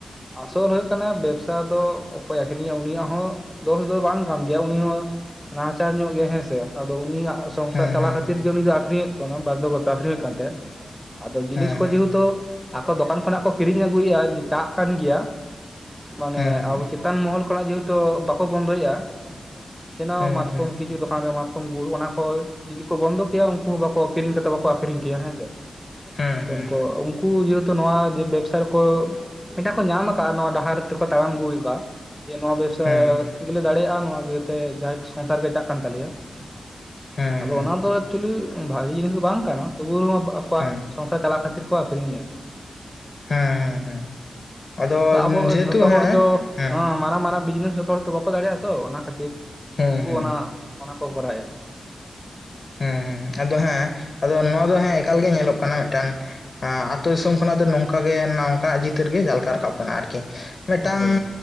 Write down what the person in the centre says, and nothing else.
ᱟᱥᱚᱞ ᱨᱮ ᱠᱟᱱᱟ ᱵᱮᱵᱥᱟ ᱫᱚ ᱚᱠᱚᱭ ᱟᱠᱷᱨᱤᱧᱟᱭ ᱩᱱᱤᱭᱟᱜ ᱦᱚᱸ ᱫᱚᱥ ᱫᱚ ᱵᱟᱝ ᱠᱟᱱ ᱜᱮᱭᱟ ᱩᱱᱤ ᱦᱚᱸ ᱱᱟᱦᱟᱪᱟᱨ ᱧᱚᱜ ᱜᱮ ᱦᱮᱸᱥᱮ ᱟᱫᱚ ᱩᱱᱤᱭᱟᱜ ᱥᱚᱝᱥᱟᱨ
ᱪᱟᱞᱟᱣ
ᱠᱷᱟᱛᱤᱨ
ᱜᱮ ᱩᱱᱤ ᱫᱚ ᱟᱠᱷᱨᱤᱧ ᱦᱩᱭᱩᱜ ᱠᱟᱱᱟ ᱵᱟᱫᱽᱫᱷᱚ ᱜᱚᱛᱚ ᱟᱠᱷᱨᱤᱧ ᱦᱩᱭᱩᱜ ᱠᱟᱱ ᱛᱟᱭᱟ ᱟᱫᱚ ᱡᱤᱱᱤᱥ
ᱠᱚ ᱡᱮᱦᱩᱛᱩ ᱟᱠᱚ ᱫᱚᱠᱟᱱ ᱠᱷᱚᱱᱟᱜ ᱠᱚ ᱠᱤᱨᱤᱧ ᱟᱹᱜᱩᱭᱮᱫᱼᱟ ᱪᱟᱞᱟᱜ ᱠᱟᱱ ᱜᱮᱭᱟ ᱢᱟᱱᱮ
ᱟᱵᱚ
ᱪᱮᱛᱟᱱ ᱢᱚᱦᱚᱞ ᱠᱷᱚᱱᱟᱜ ᱡᱮᱦᱮᱛᱩ ᱵᱟᱠᱚ ᱵᱚᱱᱫᱚᱭᱮᱫᱼᱟ ᱡᱮᱱᱚ
ᱢᱟᱛᱠᱚᱢ
ᱠᱤᱪᱷᱩ ᱫᱚᱠᱟᱱ ᱨᱮ ᱢᱟᱛ ᱜᱩᱲ ᱚᱱᱟ ᱠᱚ ᱡᱩᱫᱤ ᱠᱚ ᱵᱚᱱᱫᱚ ᱠᱮᱭᱟ ᱩᱱᱠᱩ ᱦᱚᱸ ᱵᱟᱠᱚ ᱠᱤᱨᱤᱧ ᱠᱟᱛᱮ ᱵᱟᱠᱚ ᱟᱠᱷᱨᱤᱧ ᱠᱮᱭᱟ ᱦᱮᱸ ᱥᱮ
ᱛ
ᱩᱱᱠᱩ ᱡᱮᱦᱮᱛᱩ ᱱᱚᱣᱟ ᱵᱮᱵᱽᱥᱟ ᱨᱮᱠᱚ ᱢᱤᱫᱴ ᱠᱚ ᱧᱟᱢ ᱠᱟᱜᱼᱟ ᱱᱚᱣᱟ ᱰᱟᱦᱟᱨ ᱰᱟᱦᱟᱨ ᱛᱮᱠᱚ ᱛᱟᱲᱟᱢ ᱟᱹᱜᱩᱭᱮᱫᱟ ᱡᱮ ᱱᱚᱣᱟ ᱵᱮᱵᱥᱟ
ᱜᱮᱞᱮ ᱫᱟᱲᱮᱭᱟᱜᱼᱟ ᱱᱚᱣᱟ ᱤᱭᱟᱹᱛᱮ ᱡᱟᱦᱟᱸ ᱥᱚᱝᱥᱟᱨ ᱜᱮ ᱪᱟᱜ ᱠᱟᱱ ᱛᱟᱞᱮᱭᱟ
ᱟᱫᱚ
ᱚᱱᱟ ᱫᱚ ᱮᱠᱪᱚᱞᱤ ᱵᱷᱟᱜᱤ ᱡᱤᱱᱤᱥ ᱫᱚ ᱵᱟᱝ ᱠᱟᱱᱟ ᱛᱚᱵᱩ ᱦᱚᱸ ᱟᱠᱚᱣᱟᱜ
ᱥᱚᱝᱥᱟᱨ ᱪᱟᱞᱟᱜ ᱠᱷᱟᱹᱛᱤᱨ ᱠᱚ ᱟᱠᱷᱨᱤᱧ ᱮᱭᱟ ᱟᱨ
ᱟᱵᱚ
ᱡᱷᱚᱛᱚ ᱦᱚᱲ
ᱫᱚ
ᱦᱚᱸ ᱢᱟᱨᱟᱝ ᱢᱟᱨᱟᱝ ᱵᱤᱡᱽᱱᱮᱥ ᱡᱚᱛᱚ ᱦᱚᱲ ᱫᱚ ᱵᱟᱠᱚ ᱫᱟᱲᱮᱭᱟᱜᱼᱟ ᱛᱚ ᱚᱱᱟ ᱠᱷᱟᱹᱛᱤᱨ
ᱩᱱᱠᱩ
ᱚᱱᱟ ᱚᱱᱟ ᱠᱚ ᱠᱚᱨᱟᱣ ᱭᱟᱠᱚ
ᱦᱳᱭ